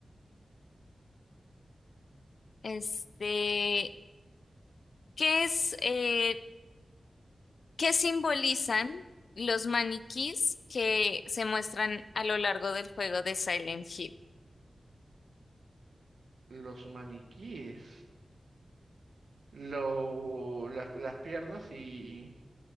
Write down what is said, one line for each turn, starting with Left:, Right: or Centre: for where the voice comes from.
Left: este... ¿Qué es, eh, qué simbolizan los maniquís que se muestran a lo largo del juego de Silent Hill?
Right: Los maniquíes. Lo, las, las piernas y.